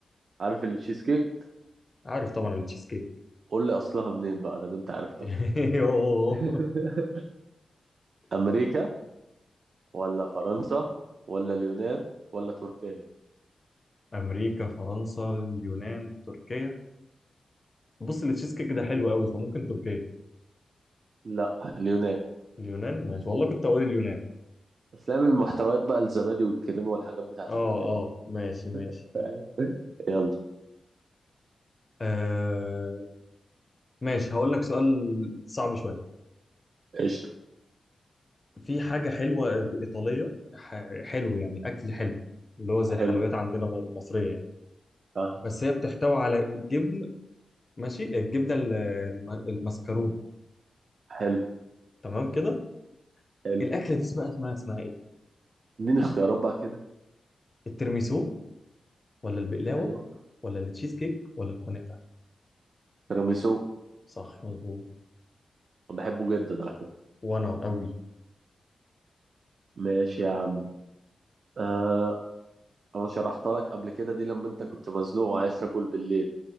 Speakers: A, on the right; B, on the left.
A: عارف اللي تشيز كيك
B: عارف طبعا التشيز كيك
A: قول لي اصلها منين بقى ده ما انت عارف
B: <laughs>
A: طبعا
B: يوه.
A: <laughs> امريكا ولا فرنسا ولا اليونان ولا تركيا
B: امريكا فرنسا اليونان تركيا بص التشيز كيك ده حلو قوي فممكن تركيا
A: لا اليونان
B: اليونان ماشي والله كنت اقول اليونان
A: اسلام المحتويات بقى الزبادي والكريمه والحاجات بتاعت
B: اه
A: اليونان
B: اه
A: دي
B: ماشي ماشي
A: <laughs> يلا
B: آه ماشي هقول لك سؤال صعب شوية
A: قشطه
B: في حاجة حلوة إيطالية ح- حلو يعني أكل حلو اللي هو زي الحلويات
A: حلو
B: عندنا المصرية يعني
A: آه.
B: بس هي بتحتوي على جبن ماشي الجبنة ال- الم- المسكرون
A: حلو
B: تمام كده
A: حلو
B: الأكلة دي اسمها اسمها اسمها إيه؟
A: اديني اختيارات بقى كده
B: الترميسو ولا البقلاوة
A: ايوه
B: ولا التشيز كيك ولا الكنافة
A: تيراميسو
B: صح مظبوط
A: أنا بحبه جدا على فكره
B: وأنا قوي
A: ماشي يا عم آه انا شرحتها لك قبل كده دي لما انت كنت مزنوق وعايز تاكل بالليل